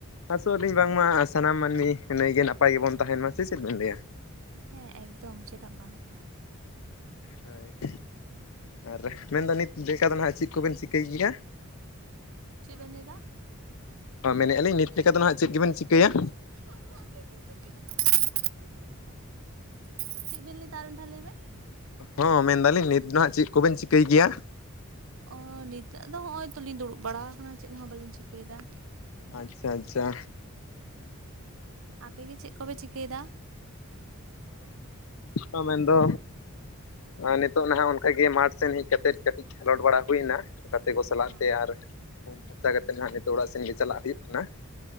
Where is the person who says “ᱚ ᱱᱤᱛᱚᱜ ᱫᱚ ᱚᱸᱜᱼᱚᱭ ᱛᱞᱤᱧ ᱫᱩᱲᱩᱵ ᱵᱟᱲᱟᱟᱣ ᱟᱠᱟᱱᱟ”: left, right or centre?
Right